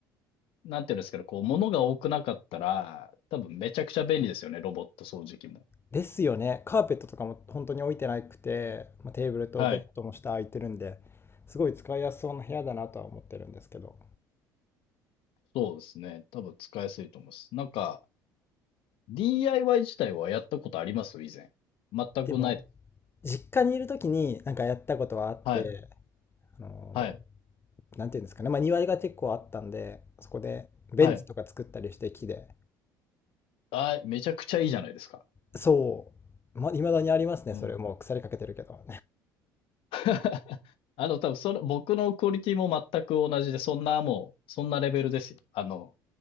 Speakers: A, on the left (about 60°); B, on the left (about 25°).
A: なんていうんですけど、こう、物が多くなかったら、多分めちゃくちゃ便利ですよね、ロボット掃除機も。
B: ですよね。カーペットとかも本当に置いてなくて、まあ、テーブルとベッドの下空いてるんで、
A: はい。
B: すごい使いやすそうな部屋だなとは思ってるんですけど。
A: そうですね。多分使いやすいと思います。なんか、DIY 自体はやったことあります以前。全くないです。
B: でも、実家にいる時になんかやったことはあって、
A: はい。
B: あの
A: はい。
B: ー、なんていうんですかね。まあ庭が結構あったんで、そこでベンチとか作ったりして木で。
A: はい。あー、めちゃくちゃいいじゃないですか。
B: そう。ま、未だにありますね。
A: うん。
B: それもう腐りかけてるけど。
A: <laughs> あの、多分それ、僕のクオリティも全く同じで、そんなもう、そんなレベルですよ。あの、